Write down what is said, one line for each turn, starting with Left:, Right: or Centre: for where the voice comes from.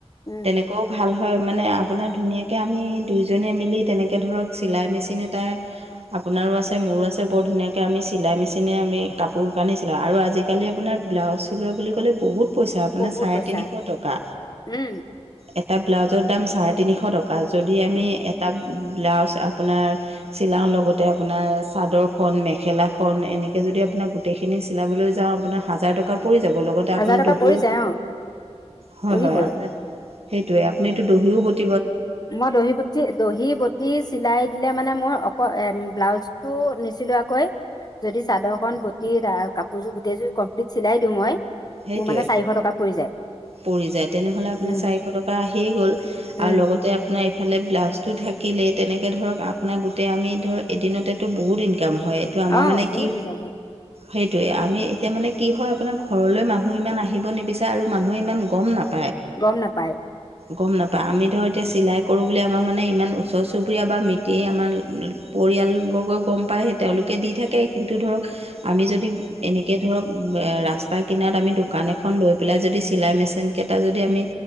Left: উম,
Right: তেনেকৈও ভাল। হয়। মানে আপোনাৰ ধুনীয়াকে আমি দুইজনীয়ে মিলি তেনেকে ধৰক চিলাই মেচিন এটা আপোনাৰো আছে মোৰো আছে বৰ ধুনীয়াকে আমি চিলাই মেচিনে আমি কাপোৰ কানি <unintelligible> আৰু আজিকালি আপোনাৰ ব্লাউজ চিলোৱা বুলি ক'লে বহুত পইচা, আপোনাৰ
Left: বহুত
Right: চাৰে
Left: পইচা
Right: তিনিশ টকা,
Left: উম,
Right: এটা ব্লাউজৰ দাম চাৰে তিনিশ টকা বা যদি আমি
Left: উম,
Right: এটা ব্লাউজ আপোনাৰ চিলাওঁ লগতে আপোনাৰ চাদৰখন, মেখেলাখন, এনেকে যদি আপোনাক গোটেইখিনি চিলাবলৈ যাওঁ আপোনাৰ হাজাৰ টকা পৰি যাব লগতে
Left: হাজাৰ
Right: আপুনি
Left: টকা
Right: দহি
Left: পৰি যায় অ',
Right: হয়
Left: পৰিবই
Right: -হয় আপোনাক সেইটোয়ে আপুনিটো দহিও গুঠি
Left: মই দহি -বতি, দহি- বটি চিলাই দিলে মানে মই এ ব্লাউজ টো নিচিলোৱাকৈ যদি চাদৰ খন বটি তাৰ কাপোৰযোৰ গোটেইযোৰ কমপ্লিট চিলাই দিওঁ মই
Right: সেইটোৱে
Left: মোৰ মানে চাৰিশ টকা পৰি যায়।
Right: পৰি যায়। তেনেহলে আপোনাৰ
Left: উম,
Right: চাৰিশ টকা আহিয়ে গ'ল।
Left: উম,
Right: আৰু লগতে আপোনাৰ এইফালে ব্লাউজটো থাকিলেই। তেনেকৈ ধৰক আপোনাৰ গোটেই আমি ধৰক এদিনতে বহুত ইনকা কাম হয়। এইটো আমাৰ
Left: অ',
Right: মানে
Left: বহুত
Right: কি
Left: ইনকাম হয়
Right: সেইটোৱে আমি এতিয়া মানে কি হয় আপোনাৰ ঘৰলৈ মানুহ ইমান আহিব নিবিচাৰে আৰু মানুহে ইমান গম নাপায়।
Left: গম -নাপায়।
Right: গম নাপাওঁ। আমি ধৰ এতিয়া চিলাই কৰোঁ বুলি আমাৰ মানে ইমান ওচৰ- চুবুৰীয়া বা মিটয়ে আমাৰ পৰিয়ালবৰ্গ গম পায় তেওঁলোকে দি থাকে কিন্তু ধৰক আমি যদি এনেকে ধৰক তাই কিনাত আমি দোকান এখন লৈ পেলাই যদি চিলাই মেচিন কেইটা যদি আমি